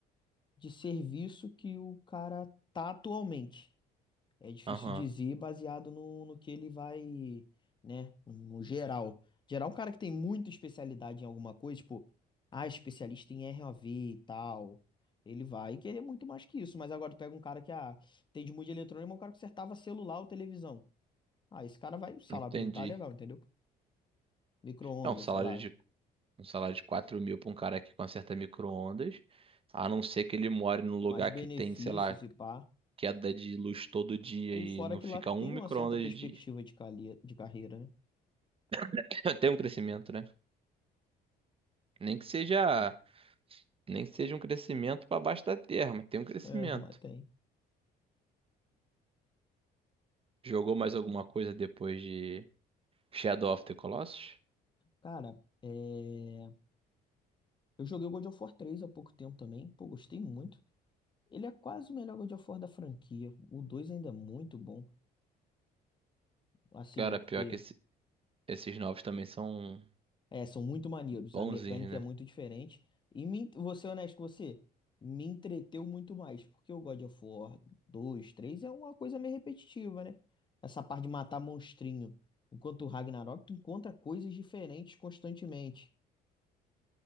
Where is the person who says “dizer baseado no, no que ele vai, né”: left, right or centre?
Left